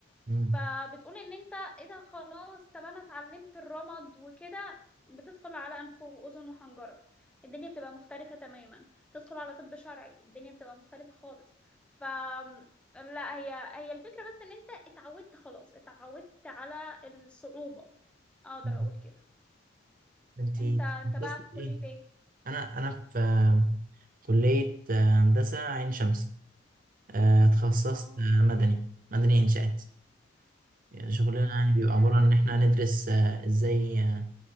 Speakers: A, on the right (about 40°); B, in the centre.
A: مم.
B: فبتقول ان انت ايه ده خلاص طب انا اتعلمت الرمد وكده بتدخل على انف واذن وحنجره الدنيا بتبقى مختلفه تماما تدخل على طب شرعي الدنيا بتبقى مختلفه خالص ف لا هي هي الفكره بس ان انت اتعودت خلاص اتعودت على الصعوبه اقدر
A: مم.
B: اقول كده
A: انتي
B: انت انت
A: تخصصت
B: بقى في
A: في
B: كليه
A: ايه؟
B: ايه
A: أنا أنا في آه، كلية آه، هندسة عين شمس آه، اتخصصت
B: اه
A: آه، مدني مدني إنشاءات يعني شغلنا
B: امم
A: يعني بيبقى عبارة
B: آه،
A: عن إن إحنا هندرس آه، إزاي آه،